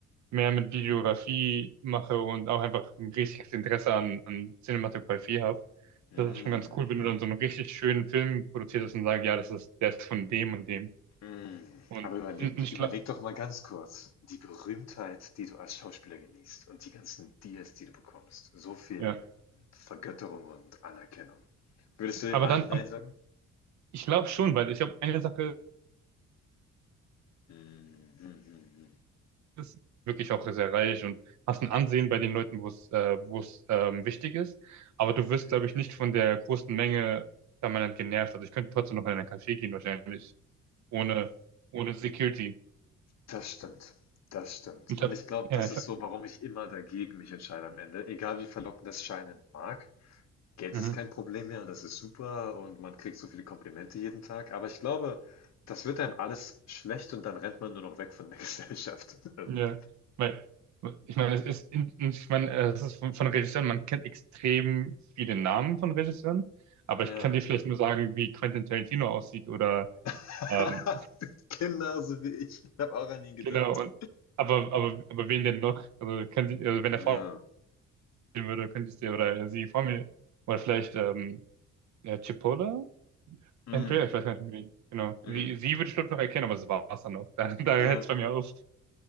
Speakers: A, on the right; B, on the left.
A: mehr mit Videografie mache und auch einfach ein richtiges Interesse an, an Cinematografie habe.
B: Mhm.
A: Das ist schon ganz cool, wenn du dann so einen richtig schönen Film produziert hast und sagst, ja, das ist, der ist von dem und dem.
B: Mhm.
A: Und,
B: Aber überleg,
A: und ich
B: überleg
A: glaube,
B: doch mal ganz kurz, die Berühmtheit, die du als Schauspieler genießt und die ganzen Deals, die du bekommst, so viel
A: ja.
B: Vergötterung und Anerkennung. Würdest du dem
A: Aber
B: allen
A: dann,
B: Nein
A: ähm,
B: sagen?
A: ich glaube schon, weil ich glaube, eine Sache
B: Hm, hm, hm,
A: ist wirklich auch sehr reich und hast ein Ansehen bei den Leuten, wo es, äh, wo es ähm, wichtig ist. Aber
B: hm,
A: du wirst,
B: hm,
A: glaube ich,
B: hm.
A: nicht von der großen Menge permanent genervt. Also ich könnte trotzdem noch in einen Café gehen, wahrscheinlich, ohne, ohne Security.
B: Das stimmt. Das stimmt.
A: Ich
B: Und
A: hab,
B: ich glaube,
A: ja,
B: das
A: ich
B: ist
A: hab,
B: so, warum ich immer dagegen mich entscheide am Ende. Egal wie verlockend das scheinen mag. Geld
A: mhm.
B: ist kein Problem mehr und das ist super und man kriegt so viele Komplimente jeden Tag. Aber ich glaube, das wird einem alles schlecht und dann rennt man nur noch weg von der <laughs> Gesellschaft <laughs> irgendwann.
A: Ja, weil ich meine, es ist, in- ich meine, es ist von, von Regisseuren, man kennt extrem viele Namen von Regisseuren, aber
B: Ja,
A: ich kann dir vielleicht
B: ja.
A: nur sagen, wie Quentin Tarantino aussieht oder
B: <laughs>
A: ähm,
B: Kinder, so wie ich. Ich habe auch an ihn gedacht.
A: genau und aber aber aber wen denn noch? Also, könnt, ihr- also wenn er vor
B: Ja.
A: mir stehen würde, könntest du oder sie vor mir oder vielleicht ähm, ja, Chipola,
B: Mm,
A: Andrea, ich weiß gar nicht wie. Genau,
B: mm.
A: sie sie würde ich glaube noch erkennen, aber das war es dann auch. <laughs> Da, da
B: Ja.
A: hört es bei mir auf.